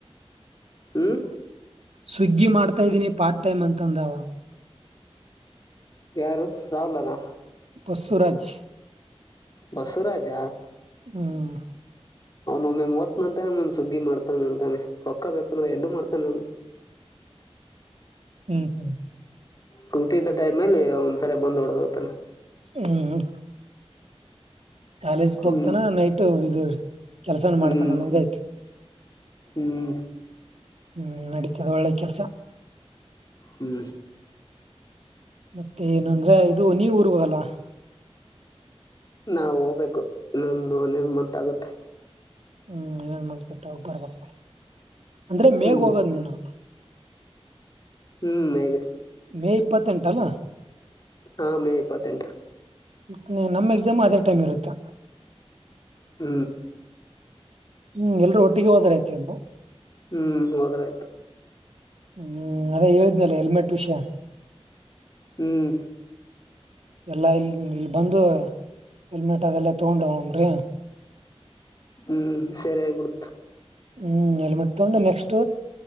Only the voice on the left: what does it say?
ಹ್ಮ್
ಯಾರು ರಹುಲ್ನಾ
ಬಸವರಾಜ
ಅವ್ನು್ ಓದ್ನ ಅಂತಾನೇ್ ಸುಗ್ಗಿ ಮಾಡ್ತಾನ ಅಂತಾನೆ ರೊಕ್ಕ ಬೇಕಂದ್ರೆ ಎಡ್ಡು ಮಾಡ್ತಾನ ಅವನು
ಸೂಟಿ ಇದ್ದ ಟೈಮ್ ನಲ್ಲಿ ಒಂದ್ಸರಿ ಬಂದ್ ಹೊಡದ್ಹೋಗ್ತಾನೆ.
ಹ್ಮ್
ಹ್ಮ್
ಹ್ಮ್
ಹ್ಮ
ನಾವ್ ಓಗ್ಬೇಕು ಇನ್ನೊಂದು ಒಂದೆನ್ ಮಂತಾಗುತ್ತೆ.
ಹ್ಮ್
ಹ್ಮ ಮೇಗೆ.
ಹಾಂ ಮೇ ಇಪ್ಪತ್ತೆಂಟ್.
ಹ್ಮ.
ಹ್ಮ್ ಹೋದ್ರ ಆಯ್ತು.
ಹ್ಮ್.
ಹ್ಮ್ ಸರಿ ಆಗಿ ಬಿಡ್ತ.